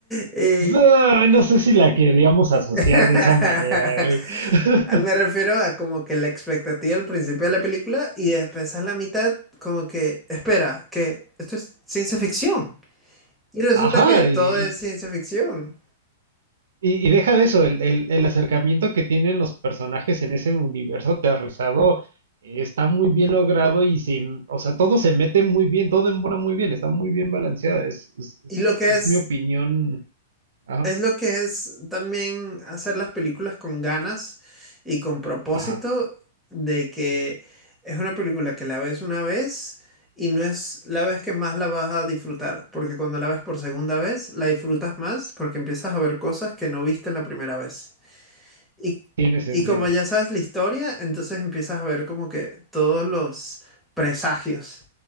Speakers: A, in the centre; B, on the right.
A: Eh,
B: Ay, no sé si la queríamos asociar
A: <laughs>
B: de esa manera. eh. <laughs>
A: Me refiero a como que la expectativa al principio de la película y después a la mitad, como que, espera, que esto es ciencia ficción. Y resulta
B: Ajá,
A: que todo
B: y,
A: es ciencia ficción.
B: Y, y deja de eso, el, el- el acercamiento que tienen los personajes en ese universo aterrizado eh, está muy bien logrado y sin, o sea, todo se mete muy bien, todo embona muy bien, está muy bien balanceada, es, es, es-
A: Y lo que
B: es
A: es,
B: mi opinión. Ajá,
A: es lo que es también hacer las películas con ganas y con propósito
B: ajá,
A: de que es una película que la ves una vez y no es la vez que más la vas a disfrutar, porque cuando la ves por segunda vez, la disfrutas más porque empiezas a ver cosas que no viste la primera vez. Y,
B: tiene sentido.
A: y como ya sabes la historia, entonces empiezas a ver como que todos los presagios